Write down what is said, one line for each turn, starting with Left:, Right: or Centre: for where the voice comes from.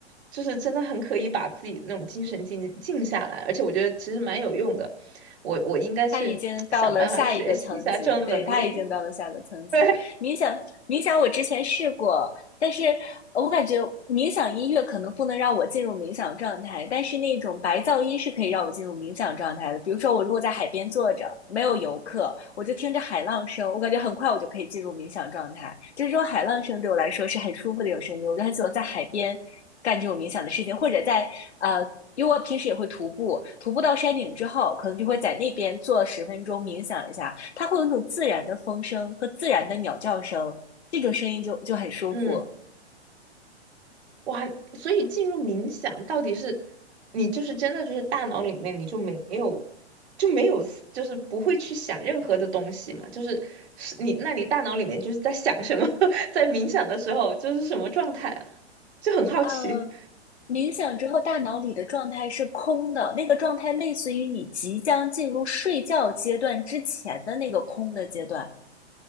Right: 就是真的很可以把自己那种精神静静下来，而且我觉得其实蛮有用的。我我应该去想办法学习一下这种能力。
Left: 他已经到了下一个层级，对，他已经到了下一个层级。
Right: <laughs> 对，
Left: 冥想，冥想，我之前试过，但是呃我感觉冥想音乐可能不能让我进入冥想状态，但是那种白噪音是可以让我进入冥想状态的。比如说，我如果在海边坐着，没有游客，我就听着海浪声，我感觉很快我就可以进入冥想状态。就是这种海浪声对我来说是很舒服的一种声音，我就很喜欢在海边干这种冥想的事情，或者在呃，因为我平时也会徒步，徒步到山顶之后，可能就会在那边坐十分钟冥想一下，它会有那种自然的风声和自然的鸟叫声。这种声音就就很舒服。
Right: 嗯。哇，所以进入冥想到底是你就是真的就是大脑里面你就没有就没有思就是不会去想任何的东西嘛？就是是你那你大脑里面就是在想什么？<laughs> 在冥想的时候就是什么状态啊？就很好奇。
Left: 呃，冥想之后，大脑里的状态是空的，那个状态类似于你即将进入睡觉阶段之前的那个空的阶段，